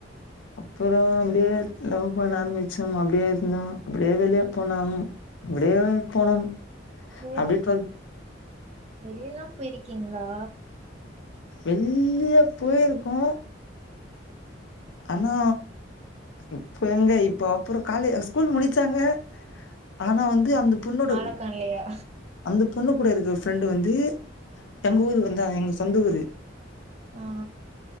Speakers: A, on the left; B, on the right.
A: அப்றோ அப்டியே லவ் பண்ண ஆரம்பிச்சம் அப்டியே இருந்தோ அப்டியே வெளியே போனோ அப்டியேவே போனோம்
B: ஓ
A: அப்டியே டுவெல்
B: வெளியல்லா போயிருக்கிங்ளா
A: எங்யோ போயிருக்கோ ஆனா இப்போ எங்க இப்போ அப்றோ காலே ஸ்கூல் முடிச்சாங்க ஆனா வந்து அந்த பொண்ணோட
B: ஆலக்கான்லயா
A: அந்த பொண்ணு கூட இருக்ற ஃப்ரெண்டு வந்து எங்க ஊரு
B: ம்
A: வந்தா எங்க சொந்த ஊரு
B: ஆ